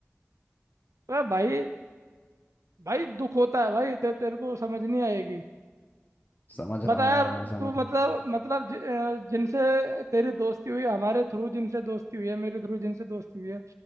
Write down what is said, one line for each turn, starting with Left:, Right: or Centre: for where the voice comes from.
Right: वाह भाई भाई दुख होता है भाई ते, तेरे को समझ नहीं आएगी
Left: समझ रहा
Right: बता
Left: हूँ
Right: यार
Left: यार मैं समझ
Right: तू मतलब मतलब जि, अ, जिनसे तेरी दोस्ती हुई हमारे थ्रू जिनसे दोस्ती हुई है मेरे थ्रू जिनसे दोस्ती हुई है